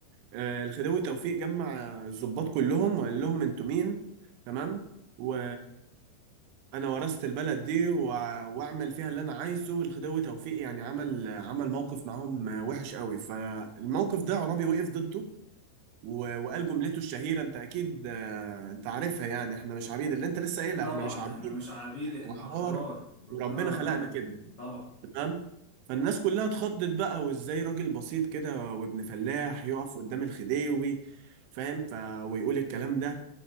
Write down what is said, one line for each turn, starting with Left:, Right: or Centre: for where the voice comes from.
Right: آه، الخديوي توفيق جمع الضباط كلهم وقال لهم انتوا مين تمام و انا ورثت البلد دي وع- واعمل فيها اللي انا عايزه الخديوي توفيق يعني عمل عمل موقف معاهم آه، وحش قوي فالموقف ده عرابي وقف ضده و- وقال جملته الشهيرة انت اكيد آه، انت عارفها يعني احنا مش عبيد اللي انت لسه قايلها
Left: طبعا
Right: احنا مش عبيد
Left: احنا مش عبيد
Right: احنا
Left: احنا
Right: احرار
Left: احرار ربنا
Right: وربنا خلقنا
Left: ربنا
Right: كده
Left: طبعا
Right: تمام فالناس كلها اتخضت بقى وازاي راجل بسيط كده وابن فلاح يقف قدام الخديوي فاهم ف... ويقول الكلام ده